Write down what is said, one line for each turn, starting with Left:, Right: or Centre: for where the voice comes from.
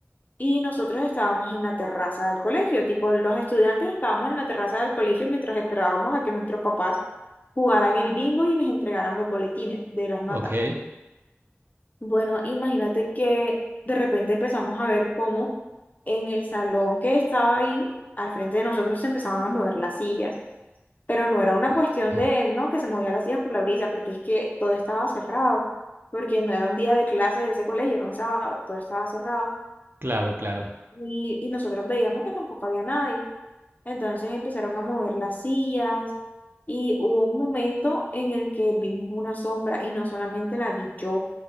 Left: Y nosotros estábamos en la terraza del colegio, tipo los estudiantes estábamos en la terraza del colegio mientras esperábamos a que nuestros papás jugaran el bingo y les entregaran los boletines de las notas.
Right: Ok.
Left: Bueno, imagínate que de repente empezamos a ver cómo en el salón que estaba ahí, al frente de nosotros, se empezaban a mover las sillas. Pero no era una cuestión
Right: <laughs>
Left: de, no, que se movían las sillas por la brisa, porque es que todo estaba cerrado, porque no era un día de clase de ese colegio, era un sábado, todo estaba cerrado.
Right: Claro, claro.
Left: Y, y nosotros veíamos que tampoco había nadie. Entonces empezaron a mover las sillas y hubo un momento en el que vimos una sombra y no solamente la vi yo,